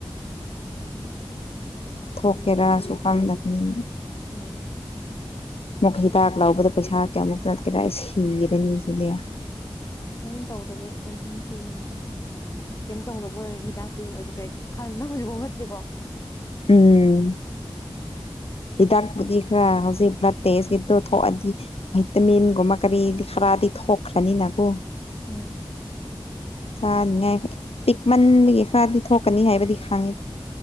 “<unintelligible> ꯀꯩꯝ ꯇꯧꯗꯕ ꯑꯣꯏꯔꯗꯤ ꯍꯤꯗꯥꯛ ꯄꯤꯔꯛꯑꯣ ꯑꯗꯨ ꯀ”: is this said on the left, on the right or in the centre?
Left